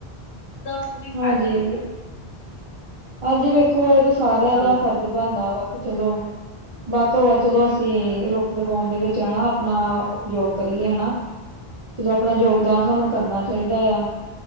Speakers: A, on the left (about 75°); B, on the right (about 55°).
A: ਉਹਦਾ ਕੋਈ ਫਾਇਦਾ
B: ਹਾਂਜੀ
A: ਨਹੀਂ
B: ਵੇ-
A: ਹੈ
B: ਹਾਂਜੀ ਵੇਖੋ ਇਹ ਤਾਂ ਸਾਰਿਆਂ
A: ਸਾਨੂੰ
B: ਦਾ ਫਰਜ਼ ਬਣਦਾ ਵਾ ਕਿ ਚਲੋ ਵੱਧ ਤੋਂ ਵੱਧ ਜਦੋਂ ਅਸੀਂ ਰੁੱਖ ਲਗਾਉਣ ਦੇ ਵਿੱਚ ਹੈ ਨਾ ਆਪਣਾ ਉਪਯੋਗ ਕਰੀਏ ਹਨਾ। ਜਦੋਂ ਆਪਣਾ ਯੋਗਦਾਨ ਸਾਨੂੰ ਕਰਨਾ ਚਾਹੀਦਾ ਆ।